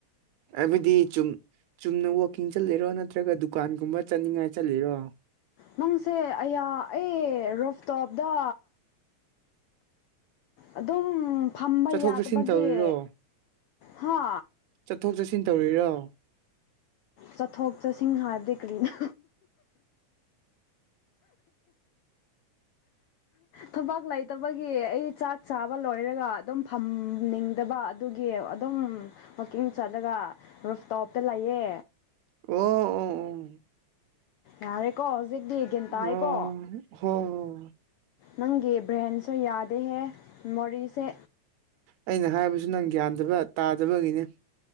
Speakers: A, on the right (about 75°); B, on the left (about 80°).
A: ꯑꯕꯗꯤ ꯆꯨꯝ ꯆꯨꯝꯅ ꯋꯥꯛꯀꯤꯡ ꯆꯠꯂꯤꯔꯣ ꯅꯠꯇ꯭ꯔꯒ ꯗꯨꯀꯥꯟꯒꯨꯝꯕ ꯆꯠꯅꯤꯡꯉꯥꯏ ꯆꯠꯂꯤꯔꯣ
B: ꯅꯪꯁꯦ ꯑꯌꯥ ꯑꯩ ꯔꯨꯞꯇꯣꯞꯗ ꯑꯗꯨꯝ ꯐꯝꯕ
A: ꯆꯠꯊꯣꯛ
B: ꯌꯥꯗꯕꯒꯤ
A: ꯆꯠꯁꯤꯟ ꯇꯧꯔꯤꯔꯣ
B: ꯍꯥ
A: ꯆꯠꯊꯣꯛ ꯆꯠꯁꯤꯟ ꯇꯧꯔꯤꯔꯣ
B: ꯆꯠꯊꯣꯛ ꯆꯠꯁꯤꯟ ꯍꯥꯏꯕꯗꯤ ꯀꯔꯤꯅꯣ ꯊꯕꯛ ꯂꯩꯇꯕꯒꯤ ꯑꯩ ꯆꯥꯛ ꯆꯥꯕ ꯂꯣꯏꯔꯒ ꯑꯗꯨꯝ ꯐꯝꯅꯤꯡꯗꯕ ꯑꯗꯨꯒꯤ ꯑꯗꯨꯝ ꯋꯥꯛꯀꯤꯡ ꯆꯠꯂꯒ ꯔꯨꯐꯇꯣꯞꯇ ꯂꯩꯌꯦ
A: ꯑꯣ ꯑꯣ ꯑꯣ
B: ꯌꯥꯔꯦꯀꯣ ꯍꯧꯖꯤꯛꯇꯤ ꯒꯌꯥꯟ ꯇꯥꯏꯌꯦꯀꯣ
A: ꯑꯣ <unintelligible>
B: ꯅꯪꯒꯤ ꯕ꯭ꯔꯦꯟꯁꯨ ꯌꯥꯗꯦꯍꯦ ꯃꯣꯔꯤꯁꯦ
A: ꯑꯩꯅ ꯍꯥꯏꯕꯁꯨ ꯅꯪ ꯒ꯭ꯌꯥꯟꯗꯕ ꯇꯥꯗꯕꯒꯤꯅꯦ